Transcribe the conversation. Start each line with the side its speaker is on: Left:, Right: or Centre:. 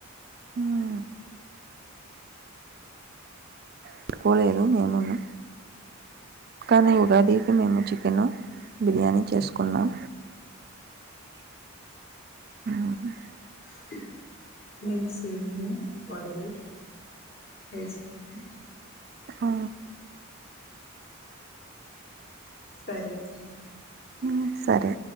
Right: ఉమ్ పెట్టుకోలేదు మేమును కానీ ఉగాదికి మేము చికెను బిర్యానీ చేసుకున్నాం ఉమ్ అ
Left: <unintelligible> మేము సేమియా వడలు వేసుకున్నాం
Right: ఆ
Left: సరే ఉంటా
Right: ఉమ్ సరే